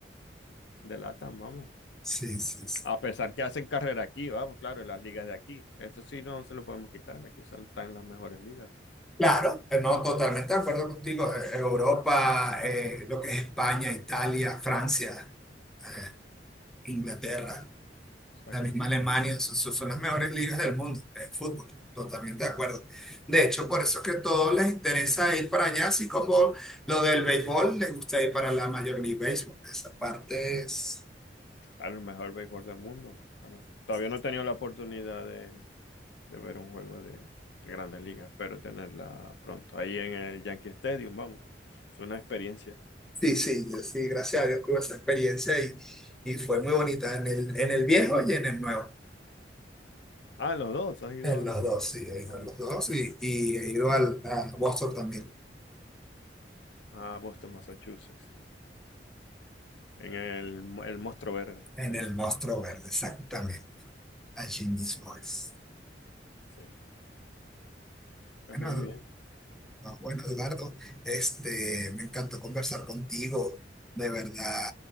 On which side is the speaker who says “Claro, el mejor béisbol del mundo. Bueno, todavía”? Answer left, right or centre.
Left